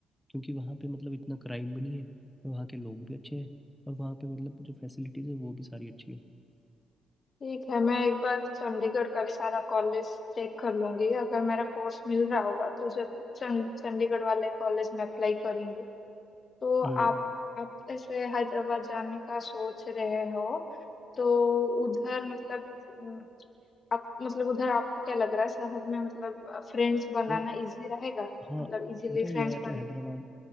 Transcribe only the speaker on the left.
ठीक है मैं एक बार चंडीगढ़ का भी सारा कॉलेज चेक कर लूंगी अगर मेरा कोर्स मिल रहा होगा तो जब चं- चंडीगढ़ वाले कॉलेज में अप्लाई करूंगी तो आप
आप ऐसे हैदराबाद जाने का सोच रहे हो तो उधर मतलब अम, आप मतलब उधर आपको क्या लग रहा है शहर में मतलब फ्रेंड्स बनाना
इजी रहेगा
मतलब इजीली
फ्रेंड्स
बन